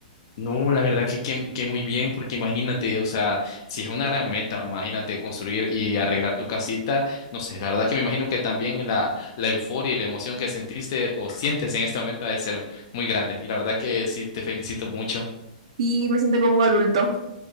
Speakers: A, on the left; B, on the right.
A: No, la verdad que, que, que muy bien, porque imagínate, o sea, si es una gran meta, imagínate construir y arreglar tu casita, no sé, la verdad que me imagino que también la, la euforia y la emoción que sentiste o sientes en este momento ha de ser muy grande. Y la verdad que sí, te felicito mucho.
B: Y me siento como un adulto.